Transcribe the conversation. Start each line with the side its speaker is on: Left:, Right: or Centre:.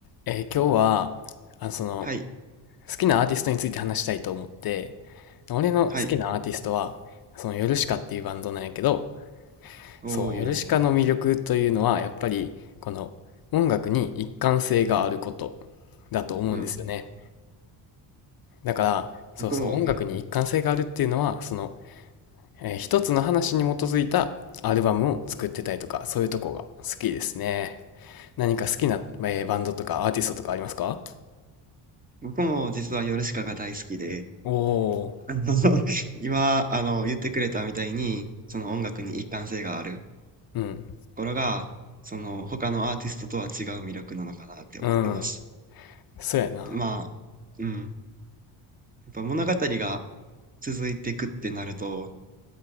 Left: えー今日は、あの、その、
Right: はい。
Left: 好きなアーティストについて話したいと思って、俺の好きなアーティストは、
Right: はい。
Left: その、ヨルシカっていうバンドなんやけど、
Right: お
Left: そう、ヨルシカの魅力というのは、
Right: お、
Left: やっぱり、この、音楽に一貫性があることだと思うんですよね。
Right: うん。
Left: だから、そうそう、
Right: 僕も、
Left: 音楽に一貫性があるっていうのは、
Right: うん。
Left: その、えー一つの話に基づいたアルバムを作ってたりとか、そういうとこが好きですね。何か好きな、えーバンドとかアーティストとかありますか
Right: 僕も実はヨルシカが大好きで、
Left: おお
Right: <laughs> あの、<laughs> 今、あの、言ってくれたみたいに、その音楽に一貫性がある
Left: ー、うん。
Right: ところが、その他のアーティストとは違う魅力なのかなって思ってます。
Left: うん。そうやな。
Right: まあ、うん。やっぱ物語が続いていくってなると、